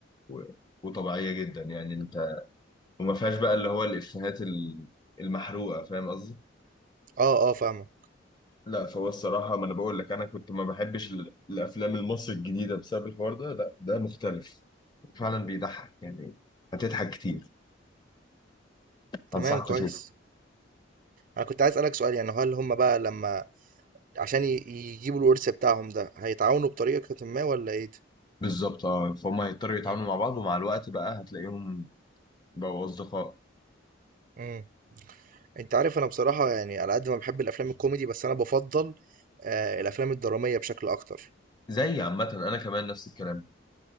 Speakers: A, on the left; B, on the right.
A: و... وطبيعية جدا يعني انت وما فيهاش بقى اللي هو الافيهات ال- المحروقة فاهم قصدي
B: آه، آه فاهمك.
A: لا فهو الصراحة ما انا بقول لك انا كنت ما بحبش ال- الافلام المصري الجديدة بسبب الحوار ده لا ده مختلف فعلا بيضحك يعني هتضحك كتير
B: تمام
A: انصحك تشوفه
B: كويس. أنا كنت عايز أسألك سؤال يعني هل هم بقى لمّا عشان ي يجيبوا الورث بتاعهم ده، هيتعاونوا بطريقةٍ ما والّا إيه؟
A: بالظبط اه فهم هيضطروا يتعاملوا
B: إمم،
A: مع بعض ومع الوقت بقى هتلاقيهم بقوا اصدقاء
B: إمم. أنت عارف أنا بصراحة يعني على قد ما باحب الأفلام الكوميدي، بس أنا بافضّل آآ الأفلام الدرامية بشكل أكتر.
A: زي عامة انا كمان نفس الكلام